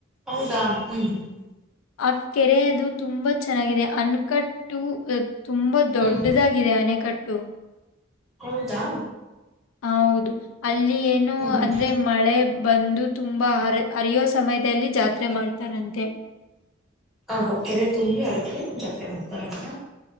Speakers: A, in the centre; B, on the left.
A: ಹೌದಾ ಹ್ಮ್ ಹ್ಮ್
B: ಆ ಕೆರೆ ಅದು ತುಂಬಾ ಚೆನ್ನಾಗಿದೆ ಅನ್ಕಟ್ಟು ಅ ತುಂಬಾ ದೊಡ್ಡದಾಗಿದೆ
A: ಹ್ಮ್
B: ಅನೆಕಟ್ ಟ್ಟು
A: ಹೌದಾ
B: ಹ ಹೌದು ಅಲ್ಲಿ ಏನು
A: ಹ್ಮ್ ಹ್ಮ್
B: ಅಂದ್ರೆ ಮಳೆ ಬಂದು ತುಂಬಾ ಹರ ಹರಿಯೋ ಸಮಯದಲ್ಲಿ ಜಾತ್ರೆ ಮಾಡ್ತಾರಂತೆ.
A: ಆ ಹೊ ಕೆರೆ ತುಂಬ್ಲಿ ಅದಕ್ಕೆ ಜತ್ರೆ ಮಾಡ್ ಬರಂತ.